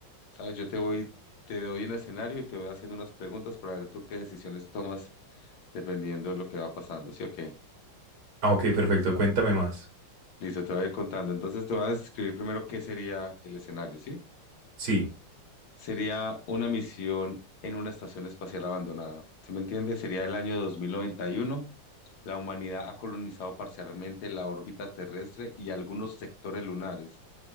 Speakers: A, on the left; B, on the right.
A: ¿Sabes? Yo te voy, te doy un escenario y te voy haciendo unas preguntas para ver tú qué decisiones tomas dependiendo de lo que va pasando. ¿Sí o qué?
B: Ah, ok, perfecto, cuéntame más.
A: Listo, te voy a ir contando. Entonces te voy a describir primero qué sería el escenario, ¿sí?
B: Sí,
A: sería una misión en una estación espacial abandonada. ¿Sí me entiende? Sería el año 2091. La humanidad ha colonizado parcialmente la órbita terrestre y algunos sectores lunares.